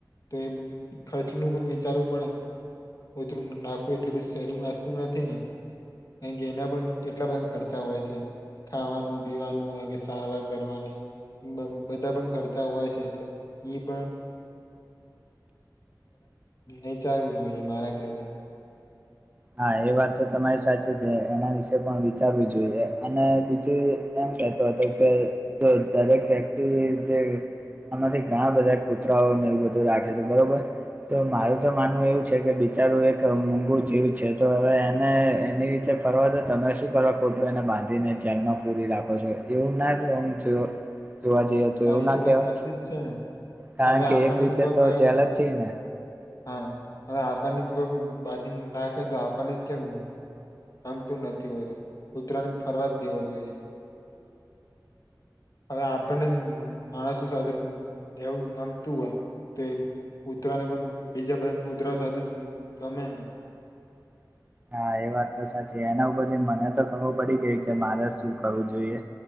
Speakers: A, on the left; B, on the right.
A: તો એ ખર્ચનું પણ વિચારવું પડે ઓતરું નાખવા. આખું એટલી બધી સેલિંગ વાસ્તુ નથી ને કારણ કે એના પણ કેટલા બધા ખર્ચા હોય છે. ખાવાનું પીવાનું હોય કે સારવાર કરવાની. બધા પણ ખર્ચા હોય છે, એટલે ઈ પણ અલગચારવું જોઈએ મારા કથી <inaudible>
B: હા એ વાત તો તમારી સાચી છે, એના વિશે પણ વિચારવું જોઈએ, અને બીજું તો કે જે આમાંથી ઘણા બધા કૂતરાઓને એવું બધું રાખે છે, બરોબર તો મારું તો માનવું એવું છે, કે બિચારું એક મુગું જીવ છે. છે, તો હવે એને એની રીતે ફરવા તો તમે શું કરો ખોટું એને બાંધીને ચેરમાં પૂરી રાખો છો. એવું ના જો જોવા જઈએ, તો
A: હા
B: એવું
A: એ
B: ના કેવાય.
A: વાત સાચી જ છે ને
B: કારણ
A: હવે
B: કે
A: આપણને
B: એક રીતે
A: જ કોઈક
B: તો જેલ જ થઇ ને
A: હા હ આપણને જ કોઈ બાંધીને નાખે તો આપણને જ કેમ. આમ તુ નથી વધુ, કુતરા ને ફરવા જ દેવો જોઈએ. હવે આપણને માણસો સાથે બેસવું ગમતું હોય. તેમ કૂતરાને પણ બીજા બધા કૂતરા સાથે ગમે નહીં.
B: <unintelligible> <inaudible> હા એ વાત તો સાચી એના ઉપરથી મને તો ખબર પડી ગઈ કે મારે શું કરવું જોઈએ.